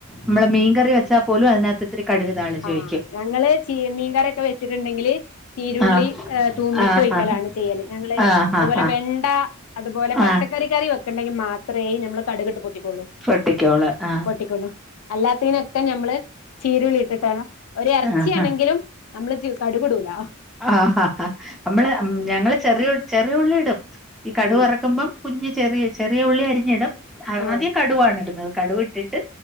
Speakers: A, in the centre; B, on the left.
A: മ്മള് മീൻകറി വെച്ചാ പോലും അതിനാത്ത് ഇത്തിരി കടുക് താളിച്ചൊഴിക്കും
B: ആഹ് ഞങ്ങള് ചീ മീൻകറിയൊക്കെ വെച്ചിട്ടുണ്ടെങ്കില് ചീരുള്ളി
A: ആ
B: ഏഹ് തൂമ്പിച്ചൊഴിക്കലാണ്
A: ആ ആ
B: ചെയ്യല് ഞങ്ങള്
A: ആ
B: അതുപോലെ
A: ആ ആ
B: വെണ്ട അതുപോലെ പച്ചക്കറി
A: ആ
B: കറി വെക്കണ്ടെങ്കി മാത്രേ ഞമ്മള് കടുകിട്ട് പൊട്ടിക്കോള്ളൂ
A: പൊട്ടിക്കോള് ആ
B: പൊട്ടിക്കൊള്ളൂ അല്ലാത്തേന ക്ക ഞമ്മള് ചീരുളി ഇട്ടിട്ടാണ് ഒര്
A: ആ
B: എറച്ചിയാണെങ്കിലും
A: ആ
B: നമ്മള് ച് കടുകിടൂലാ
A: ആഹാഹ അമ്മള് മ്മ് ഞങ്ങള് ചെറിയു
B: ആഹ്
A: ചെറിയുള്ളി ഇടും ഈ കടുവറുക്കുമ്പം
B: ഉം
A: കുഞ്ഞ് ചെറിയ ചെറിയ ഉള്ളി അരിഞ്ഞിടും ആ
B: ആഹ്
A: ആദ്യം കടുവവാണ് ഇടുന്നത് കടുവിട്ടിട്ട്